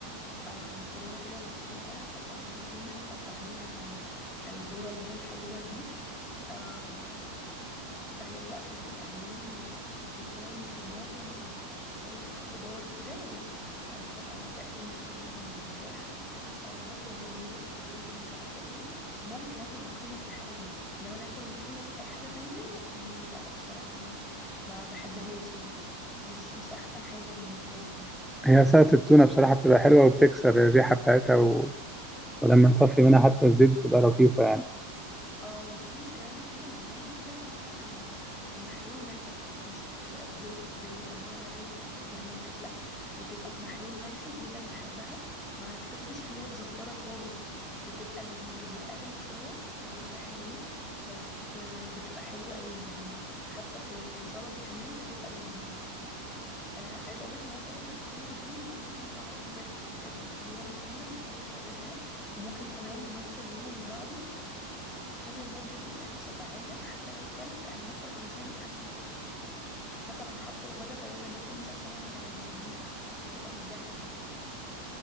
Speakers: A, on the left; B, in the centre.
A: آه مكرونه كده مسلوقه واحط عليها تونه واحط عليها الذره اللي هي الحلوه دي آه، واحط عليها بقى فلفل الوان و- وزيتون وطماطم و- وشويه خضار كده وساعات بحط عليها بقى تونس يعني لو متاح آه، بس ومايونيز وزبادي ومش عارفه ايه ممكن اكل التونه في الحاله دي انما انا اكل التونه في اي حاجه تانية لا بصراحه ما ما بحبهاش يعني مش مش احسن حاجه بالنسبه
B: هي سلطه التونه بصراحه بتبقى حلوه وبتكسر الريحه بتاعتها و... ولما نصفي منها
A: لي
B: حتى الزيت بتبقى لطيفه يعني
A: اه وفي كمان تونة معينة كده بتبقى في محلول ملحي مش بتبقى في زيت زي الأنواع العادية اللي في السوبر ماركت لأ بتبقى في محلول ملحي دي اللي أنا بحبها ما تحسش فيها بزفارة خالص بتبقى لذيذة هي أغلى شوية أغلى شوية حلوين بس آه، بتبقى حلوة قوي يعني حتى في في السلطة كمان بتبقى لذيذة آه عايزة أقولك إن أنا سلطة التونة دي ممكن أقعد بجد بجد يوم كامل ما أكلش غيرها وممكن كمان نص اليوم اللي بعده طول المدة دي أنا شبعانة حتى لو كلت أنا هاكل علشان أنا مثلا حاطه الغدا فيلا ناكل مش عشان أنا جعانة فاهمني بتبقى مشبعة جدا